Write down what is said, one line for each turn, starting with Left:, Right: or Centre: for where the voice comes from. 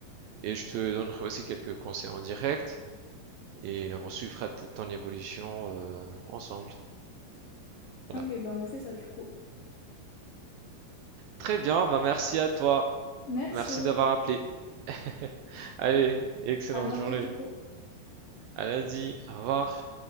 Right: et je te donnerai aussi quelques conseils en direct et on suivra ton évolution euh, ensemble. Voilà.
Left: Ok, bah on fait ça du coup.
Right: Très bien, bah merci à toi.
Left: Merci.
Right: Merci d'avoir appelé. <laughs> Allez, excellente
Left: À lundi
Right: journée.
Left: du coup.
Right: À lundi, au revoir.